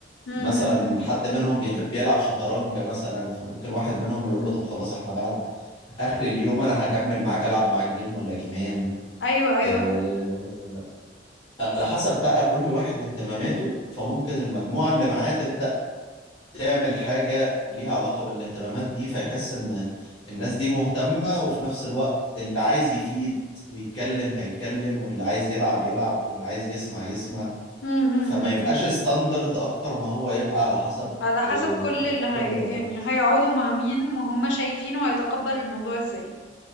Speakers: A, on the left (about 70°); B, on the left (about 30°).
A: امم
B: مثلا حد منهم بيحب يلعب شطرنج مثلا فممكن واحد منهم يقول له طب خلاص احنا بعد آخر اليوم أنا هكمل معاك ألعب معاك جيم ولا جيمين
A: ايوه ايوه
B: آه، على حسب بقى كل واحد واهتماماته فممكن المجموعة اللي معاه تبدأ تعمل حاجة ليها علاقة بالاهتمامات دي فيحس إن الناس دي مهتمة وفي نفس الوقت اللي عايز يفيد ويتكلم هيتكلم واللي عايز يلعب يلعب واللي عايز يسمع يسمع
A: امم
B: فما يبقاش ستاندرد أكتر ما هو يبقى على حسب
A: على حسب
B: آه،
A: كل اللي هي
B: كل واحد
A: يعني هيقعدوا مع مين وهم شايفينه هيتقبل الموضوع ازاي